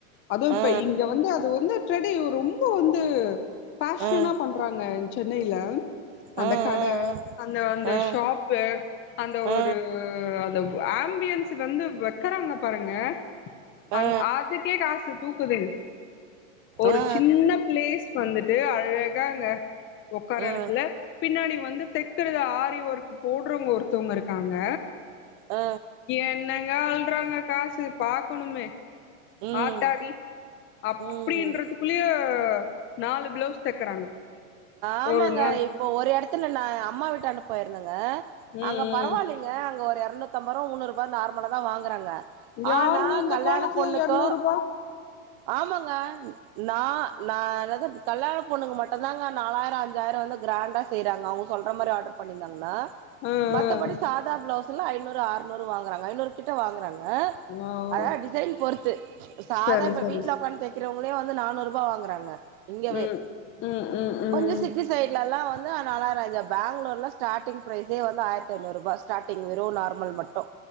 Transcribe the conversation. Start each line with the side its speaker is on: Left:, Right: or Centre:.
Left: அதுவு இப்ப
Right: ஆ
Left: இங் க வந்து அது வந்து ட்ரெடி ஒ ரொம்போ வந்து பேஷனா
Right: ஆ ஆ ஆ
Left: பண் றாங்க சென்னைல அந்த
Right: ஆ ஆ
Left: கட அந்த அந்த
Right: ஆ
Left: ஷாப்பு அந்த
Right: ஆ
Left: ஒரு அ அந்த ஆம்பியன்ஸு வந்து வெக்கறாங் பாருங்க
Right: ஆ
Left: அந் அதுக்கே காசு தூக்குதுங் ஒரு
Right: ஆ
Left: சின்ன ப்ளேஸ் வந்துட்டு அழகாங்க ஒக்கார்ர
Right: ஆ
Left: எடத்துல பின்னாடி வந்து தெக்கறது ஆரி ஒர்க்கு போட்றவ்ங்க ஒருத்தவ்ங்க இருக்காங்க
Right: ஆ
Left: என்னங்க அள்றாங்க காசு பாக்கணுமே
Right: ம்
Left: ஆத்தாடி அப்டின்றதுக்குள்ளயே
Right: ம்
Left: நாலு ப்ளவுஸ் தெக்கறாங்க
Right: ஆமாங்க
Left: ஒரு நாள்
Right: இப்போ ஒரு எடத்துல நா அம்மா வீட்டான்ட போயிருந்தங்க
Left: ம்
Right: அங்க
Left: ம்
Right: பரவால்லைங் க அங்க ஒரு எரநூத்தம்பர்ருபா முன்னூர்ருபா நார்மலா தா வாங்கறாங்க
Left: யாருங்க
Right: ஆனா
Left: இந்த
Right: கல்யாண
Left: காலத்துல
Right: பொண்ணுக்கோ
Left: எரநூறுபா
Right: ஆமாங்க நா நா என்னது கல்யாண பொண்ணுக்கு மட்டுந்தாங்க நாலாய்ரோ அஞ்சாய்ரோ வந்து க்ராண்டா செய்றாங்க அவுங்க சொல்ற மாரி ஆட்ரு பண்ணீர்ந்தாங்கன்னா
Left: ஆ ஆ
Right: மத்தபடி சாதா ப்ளவுஸ்ல்லா ஐநூறு ஆர்நூறு வாங்கறாங்க ஐநூறு கிட்ட வாங்கறாங்க
Left: ஓ
Right: அதுலா டிசைன் பொறுத்து சாதா
Left: சரி
Right: இப்ப
Left: சரி
Right: வீட்ல ஒக்காந்து தெக் கிறவங்களே வந்து நானூர்ருபா வாங்கறாங்க இங்கவே
Left: ம் ம் ம் ம்
Right: கொஞ்சோ சிட்டி சைட்லலா வந்து அ நாலாய்ரோ அஞ்சா பேங்ளூர்லா ஸ்டாட்டிங் ப்ரைசே வந்து ஆயர்த் ஐநூர்ருபா ஸ்டாட் டிங் வெறு நார்மல் மட்டு